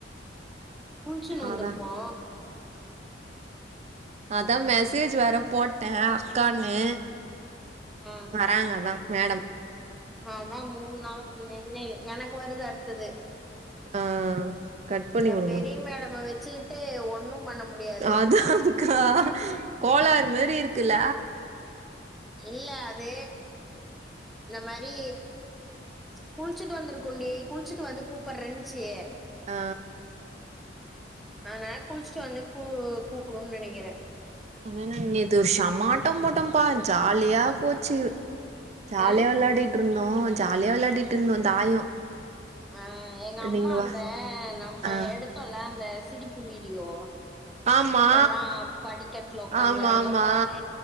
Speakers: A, in the centre; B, on the right.
A: குளிச்சுன்னு
B: அத்தா
A: வந்திருக்கோ
B: அ தா மெசேஜ் வேர போட்டே அக்கான்னு
A: ஆ
B: வராங்க தா மேடம்
A: அதா மூணு நாள் இல்ல இல்ல எனக்கு வருது அடுத்தது
B: ஆ கட் பண்ணி
A: இந்த
B: வுடுங்க
A: பெரிய மேடம வெச்சுக்கிட்டு ஒண்ணும் பண்ண முடியாது
B: அதா க்கா கோளறு மாரி இருக்குல்ல
A: இல்ல அது இந்த மாரி குளிச்சிட்டு வந்துருக்கோ டீ குளிச்சுட்டு வந்து கூப்புட்றன்ச்சு
B: ஆ
A: ஆ நா குள்ச் ச்சு வந்து கூ கூப்புடுன்னு நெனைக்கிறே
B: முந்தினா நேத்து ஒரு செம்மாட்டம் போட்டோம்பா ஜாலியா போச்சு ஜாலியா
A: ஆ
B: விளையாடிட்ருந்தோ ஜாலியா விளையாடிட்ருந்தோ தாயோ
A: அ எங்க அம்மா
B: நீங்க வா
A: அந்த நம்ம
B: ஆ
A: எடுத்தோல்ல அந்த சிரிப்பு வீடியோ
B: ஆமா
A: எல்லா படிக்கட்ல உக்காந்து
B: ஆமா
A: அதெல்லா
B: ஆமா
A: பாத்து